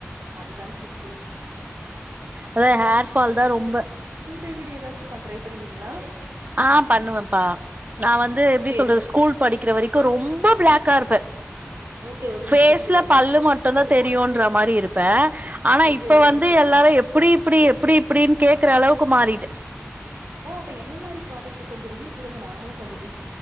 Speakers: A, on the right; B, on the right.
A: அாங்கிஸஹங்க
B: அதா ஹேர் ஃபால் தா ரொம்ப
A: ரெமிடி ஏதாச்சும் ட்ரை பண்ணுவீங்களா
B: ஆஹ் பண்ணுவேன்ப்பா நான் வந்து எப்படி
A: சேரி
B: சொல்றது
A: சிஸ்
B: ஸ்கூல் படிக்கிற வரைக்கும் கரு ரொம்ப பிளாக்கா இருப்ப
A: ஓகே ஓகேங்
B: பேஸ்ல
A: சிஸ்டர்
B: பல்லு மட் ம்தான் தெரியுன்ற மாரி இருப்பேன் ஆனா
A: ஓகே
B: இப்ப
A: ஓகேங்
B: வந்து
A: சிஸ்டர்
B: எல்லாரும் எப்படி இப்படி எப்படி இப்படின்னு கேக்குற அளவுக்கு மாறிட்டு
A: ஓ அப்ப என்ன மாறி ப்ராடக்ட் கொஞ்சம் ரிவ்யூ குடுங்க நாங்களும் கொஞ்சம்